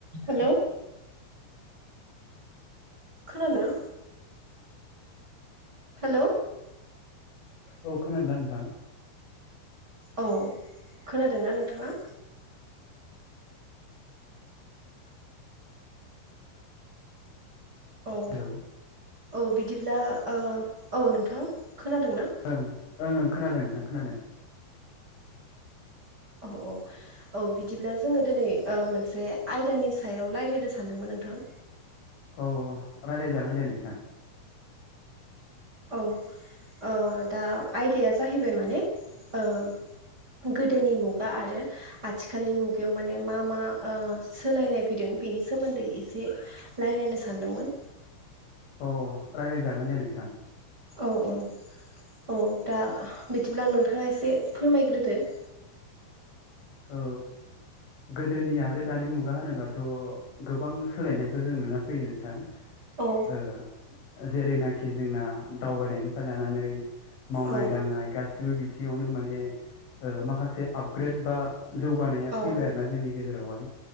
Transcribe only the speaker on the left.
औ खोनादो ना नोंथां?
हेलौ
ओं ओं ओं खोनादों खोनादों।
औ रायलायजागोन दे नोंथां।
अ रायलाय जागोन दे नोंथां।
औ। गोदोनि आरो दानि मुगा होनोब्लाथ' गोबां सोलायनायखौ जों नुना फैयो नोंथां।
ओ जेरैनाखि जोंना दावबायनायनिफ्राय लानानै मावनाय
दांनाय गासिबो बिथिङावनो माने ओ माखा से आपग्रेड बा जौगानाया फैबाय
आरो ना जोंनि गेजेरावहाय।